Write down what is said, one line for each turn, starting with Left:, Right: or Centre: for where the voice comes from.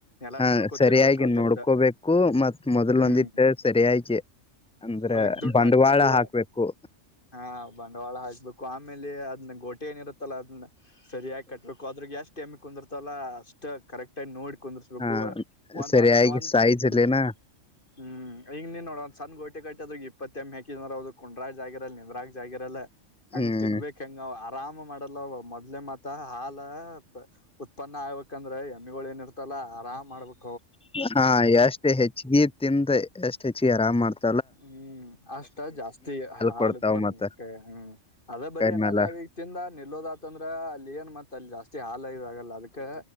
Left: ಎಲ್ಲಾ
Centre: ಹ
Left: ನೋಡ್ಕೋತಿರ್ಬೇಕ
Centre: ಸರಿಯಾಗಿ
Left: ಅದ್ರದ
Centre: ನೋಡ್ಕೋಬೇಕು ಮತ್ತ್ ಮೊದ್ಲ್
Left: ಹ್ಮ್
Centre: ಒಂದಿಟ್ಟ ಸರಿಯಾಗಿ ಅಂದ್ರ
Left: ಅದಕ್ ದುಡ್ಡು
Centre: ಬಂಡವಾಳ
Left: ಹಾಕ್ಬೇಕು
Centre: ಹಾಕ್ಬೇಕು
Left: ಹಾ ಬಂಡವಾಳ ಹಾಕ್ಬೇಕು ಆಮೇಲೆ ಅದ್ನ ಗೋಟೆ ಏನಿರುತ್ತಲ್ಲ ಅದ್ನ್ ಸರಿಯಾಗಿ ಕಟ್ಬೇಕು ಆದ್ರು ಕುಂದಿರ್ತಲ್ಲ ಅಷ್ಟ ಕರೆಕ್ಟ್ ಆಗಿ ನೋಡಿ ಕುಂದರ್ಸ್ಬೇಕು
Centre: ಹ
Left: ಒಂದ್
Centre: ಸರಿಯಾಗಿ
Left: ಹತ್ ಒಂದ್
Centre: ಸೈಜ್
Left: ಹ್ಮ್
Centre: ಅಲ್ಲಿನ
Left: ಹ್ಮ್ ಈಗ ನೀನ್ ನೋಡ ಒಂದು ಸಣ್ಣ ಗೋಟೆ ಕಟ್ಟಿ ಅದ್ ಇಪ್ಪತ್ತ ಎಮ್ಮೆ ಹಾಕಿದ್ರ ಕೊಂಡ್ರ ನಿಂದ್ರಗ ಜಾಗ ಇರಲ್ಲ ಹೆಂಗ್
Centre: ಹ್ಮ್
Left: ತಿನ್ಬೇಕ್ ಹೆಂಗ ಆವ ರಾಮ್ ಮಾಡಲ್ಲ ಅವು ಮೊದ್ಲೇ ಮಾತ್ರ ಹಾಲ ಉತ್ಪನ್ನ ಆಗ್ಬೇಕಂದ್ರೆ ಎಮ್ಮಿಗಳು ಏನಿತಲ್ಲ ಆರಾಮ್ ಮಾಡ್ಬೇಕು
Centre: ಹಾ ಎಷ್ಟು ಹೆಚ್ಚಗಿ ತಿಂದ್ ಎಷ್ಟ್ ಹೆಚ್ಚಿಗೆ ಆರಾಮ್ ಮಾಡ್ತ
Left: ಹ್ಮ್ ಅಷ್ಟ ಜಾಸ್ತಿ ಹಾಲ್
Centre: ಕೊಡ್ತಾವ
Left: ಉತ್ಪನ್ನಕ್ಕೆ
Centre: ಮತ್ತ
Left: ಹ್ಮ್ ಅದಬರಿ
Centre: ಕೈಮ್ಯಾಲ
Left: ಏನಾದ್ರ ಅವಗ ತಿಂದ ನಿಲ್ಲೋದಾತಂದ್ರ ಅ ಲಿಯನ್ ಮತ್ ಜಾಸ್ತಿ ಹಾಲ ಇಲ್ಲ ಸಿಗಲ್ಲ ಅದಕ್ಕೆ